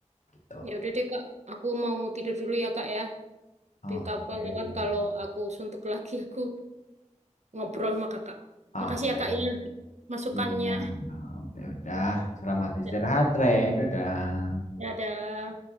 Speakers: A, on the left; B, on the right.
A: gitu.
B: Ya udah deh kak. Aku mau tidur dulu ya kak ya. Tapi
A: Oke.
B: Kapan-kapan kalau aku suntuk <laughs> lagi aku ngobrol sama kakak.
A: Oke.
B: Makasih ya kak ya masukannya.
A: siang Ya udah, selamat istirahat,
B: Ya,
A: Re. Dadah.
B: Dadah.